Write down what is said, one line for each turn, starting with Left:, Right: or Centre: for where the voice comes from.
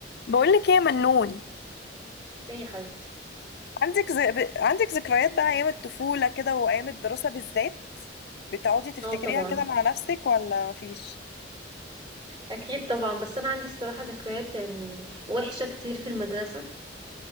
Left: بقولك ايه يا منون
Right: ليه يا حبيبتي
Left: عندك ز... ب- عندك ذكريات بقى ايام الطفولة كده وايام الدراسة بالذات بتقعدي تفتكريها
Right: اه طبعا
Left: كده مع نفسك ولا مفيش
Right: اكيد طبعا بس انا عندي الصراحه ذكريات يعني وحشه كتير في المدرسه